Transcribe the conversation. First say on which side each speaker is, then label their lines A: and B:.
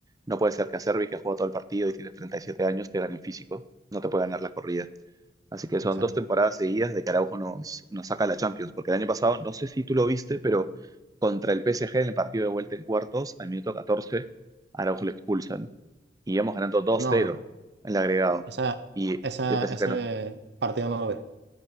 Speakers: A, on the right (about 20°); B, on the right (about 65°).
A: No puede ser que a Acerbi, que ha jugado todo el partido y tiene 37 años, te gane en físico. No te puede ganar la corrida. Así que son
B: exacto.
A: dos temporadas seguidas de que Araujo nos, nos saca la Champions. Porque el año pasado, no sé si tú lo viste, pero contra el PSG en el partido de vuelta en cuartos, al minuto 14, Araujo lo expulsan. Y íbamos ganando 2-0
B: No, no.
A: en el agregado.
B: Esa,
A: Y
B: esa,
A: el PSG
B: ese
A: no-
B: partido no lo vi.